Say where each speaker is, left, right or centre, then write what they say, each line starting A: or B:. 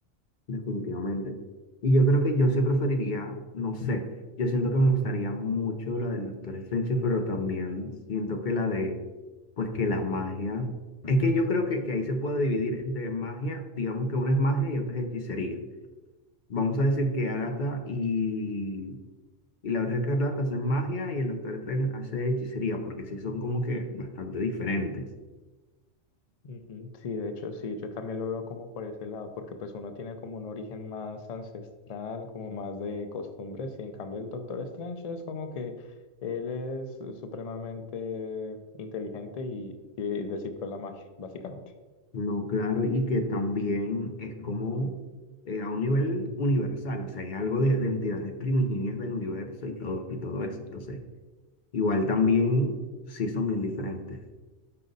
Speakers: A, on the left (about 45°); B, on the left (about 80°).
A: Definitivamente. Y yo creo que yo sí preferiría, no sé, yo siento que me gustaría mucho la del Doctor Strange, pero también siento que la de, pues que la magia, es que yo creo que, que ahí se puede dividir entre magia, digamos que una es magia y otra es hechicería. Vamos a decir que Agatha y, y la Bruja Escarlata hacen magia y el Doctor Strange hace hechicería, porque sí son como que bastante diferentes.
B: Ujú, Sí, de hecho, sí, yo también lo veo como por ese lado, porque pues uno tiene como un origen más ancestral, como más de costumbres, y en cambio el Doctor Strange es como que él es supremamente inteligente y, y descifró la magia, básicamente.
A: No, claro, y que también es como eh, a un nivel universal, o sea, es algo de, de entidades primigenias del universo y todo, y todo eso. Entonces, igual también sí son bien diferentes.